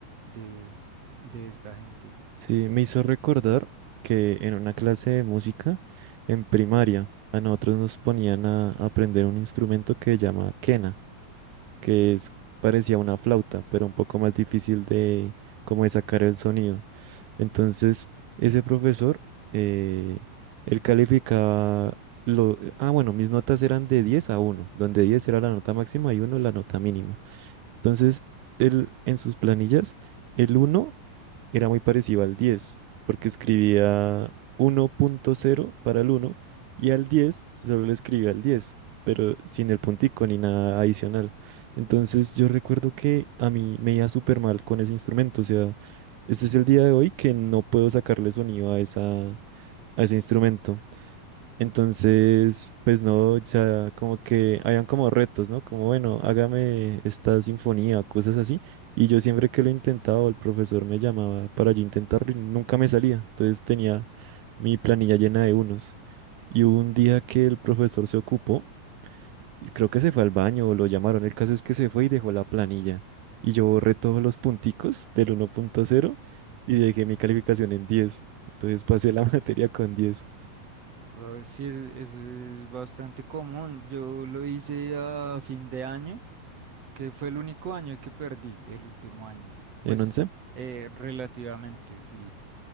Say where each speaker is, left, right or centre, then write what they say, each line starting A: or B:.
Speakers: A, on the right; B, on the right.
A: de, de esta gente.
B: Sí, me hizo recordar que en una clase de música en primaria a nosotros nos ponían a aprender un instrumento que se llama quena, que es parecía una flauta, pero un poco más difícil de como de sacar el sonido. Entonces, ese profesor, eh, él calificaba lo, eh, ah, bueno, mis notas eran de 10 a uno donde 10 era la nota máxima y uno la nota mínima. Entonces, él en sus planillas, el uno era muy parecido al 10 porque escribía uno punto cero para el uno y al 10 solo le escribía el 10 pero sin el puntico ni nada adicional. Entonces yo recuerdo que a mí me iba súper mal con ese instrumento, o sea, este es el día de hoy que no puedo sacarle sonido a esa, a ese instrumento. Entonces, pues no, o sea, como que habían como retos, ¿no? Como, bueno, hágame esta sinfonía, cosas así. Y yo siempre que lo intentaba, o el profesor me llamaba para yo intentarlo y nunca me salía. Entonces tenía mi planilla llena de unos. Y hubo un día que el profesor se ocupó, y creo que se fue al baño o lo llamaron. El caso es que se fue y dejó la planilla. Y yo borré todos los punticos del uno punto cero
A: Ah,
B: y dejé mi
A: ok.
B: calificación en diez Entonces pasé la <laughs> materia con diez
A: Guau, sí, es, es es bastante común. Yo lo hice a fin de año, que fue el único año que perdí, el último año.
B: En
A: Pues
B: once
A: eh, relativamente, sí.